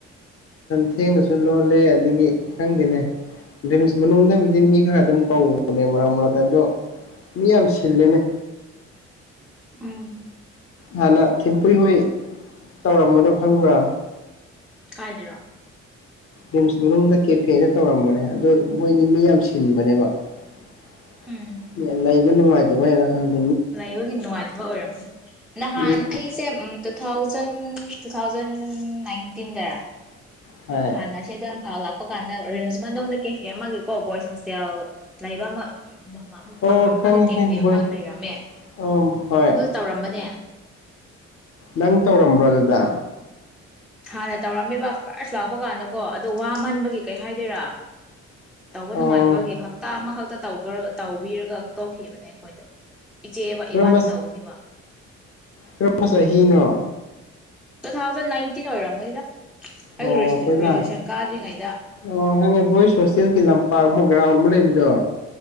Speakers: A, on the left; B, in the centre.
A: ꯊꯦꯡꯅꯁꯨ ꯂꯣꯜꯂꯦ ꯑꯗꯨꯗꯒꯤ ꯈꯪꯗꯦꯅꯦ ꯔꯤꯝꯁ ꯃꯅꯨꯡꯗꯕꯨꯗꯤ ꯃꯤ ꯈꯔ ꯑꯗꯨꯝ ꯀꯧꯕꯅꯦ ꯃꯔꯛ ꯃꯔꯛꯇ ꯑꯗꯣ ꯃꯤ ꯌꯥꯝ ꯁꯤ ꯁꯤꯜꯂꯤꯅꯦ꯫
B: ꯎꯝ꯫
A: ꯍꯥꯟꯅ ꯊꯤꯝ ꯍꯨꯏ ꯍꯣꯏ ꯇꯧꯔꯝꯕꯗꯣ ꯈꯪꯕ꯭ꯔꯥ꯫
B: ꯀꯥꯏꯗꯔꯣ꯫
A: ꯔꯤꯝꯁ ꯃꯅꯨꯡꯗ ꯀꯦꯐꯦꯗ ꯇꯧꯔꯝꯕꯅꯦ ꯑꯗꯣ ꯃꯣꯏꯗꯤ ꯃꯤ ꯌꯥꯝ ꯁꯤꯟꯕꯅꯦꯕ꯫ <unintelligible>
B: ꯎꯝ
A: ꯃꯣꯏ ꯅꯨꯉꯥꯏꯇꯕꯩꯔ ꯈꯡꯗꯦ
B: ꯂꯩꯕꯒꯤ ꯅꯨꯡꯉꯥꯏꯇꯕ ꯑꯣꯏꯔꯝꯃꯅꯤ ꯅꯍꯥꯟ
A: ꯃꯤ
B: ꯑꯩꯁꯦ ꯎꯝ ꯇꯨ ꯊꯥꯎꯖꯟ ꯇꯨ ꯊꯥꯎꯖꯟ ꯅꯥꯏꯟꯇꯤꯟꯗꯔ
A: ꯍꯥꯏ
B: ꯍꯥꯟꯅ ꯁꯤꯗ ꯏꯝꯐꯥꯜ ꯂꯥꯛꯄ ꯀꯥꯟꯗ ꯔꯤꯝꯁ ꯃꯅꯨꯡꯗ ꯀꯦꯐꯦ ꯑꯃꯒꯤꯀꯣ ꯕꯣꯏꯁ ꯍꯣꯁꯇꯦꯜ ꯂꯩꯕ ꯑꯃ ꯃ
A: ꯑꯣ
B: ꯃꯐꯝ
A: ꯈꯪꯉꯦ
B: ꯑꯃꯗ ꯀꯦꯐꯦ
A: ꯈꯪꯉꯦ ꯕꯣꯏ
B: ꯑꯃ ꯂꯩꯔꯝꯃꯦ
A: ꯑꯣ ꯍꯣꯏ
B: ꯑꯗꯨ ꯇꯧꯔꯝꯕꯅꯦ꯫
A: ꯅꯪ ꯇꯧꯔꯝꯕ꯭ꯔꯣ ꯑꯗꯨꯗ꯫
B: ꯍꯥꯟꯅ ꯇꯧꯔꯝꯃꯦꯕ ꯐꯥꯔꯁ ꯂꯥꯛꯄ ꯀꯥꯟꯗꯀꯣ ꯑꯗꯣ ꯋꯥꯃꯟꯕꯒꯤ ꯀꯩ ꯍꯥꯏꯗꯣꯏꯔꯥ ꯇꯧꯕ
A: ꯑꯣ
B: ꯅꯨꯡꯉꯥꯏꯇꯕꯒꯤ ꯍꯞꯇꯥ ꯑꯃꯥ ꯈꯛꯇꯇꯧꯒꯔ ꯇꯧꯕꯤꯔꯒ ꯇꯣꯛꯈꯤꯕꯅꯦ ꯑꯩꯈꯣꯏꯗꯣ꯫ ꯏꯆꯦ
A: ꯀꯔꯝꯕ
B: ꯏꯕꯥꯅꯤ ꯇꯧꯕꯅꯦꯕ꯫
A: ꯀꯔꯝꯕ ꯆꯍꯤꯅꯣ꯫
B: ꯇꯨ ꯊꯥꯎꯖꯟ ꯅꯥꯏꯟꯇꯤꯟ ꯑꯣꯏꯔꯝꯒꯅꯤꯗ ꯑꯩ
A: ꯑꯣ ꯑꯈꯣꯏꯅ
B: ꯒ꯭ꯔꯦꯖꯨꯑꯦꯁꯟ ꯀꯥꯗ꯭ꯔꯤꯉꯩꯗ
A: ꯑꯣ ꯈꯪꯉꯦ ꯕꯣꯏꯁ ꯍꯣꯁꯇꯦꯜꯒꯤ ꯂꯝ ꯄꯥꯛꯄ ꯒ꯭ꯔꯥꯎꯟ ꯑꯃ ꯂꯩꯕꯗꯣ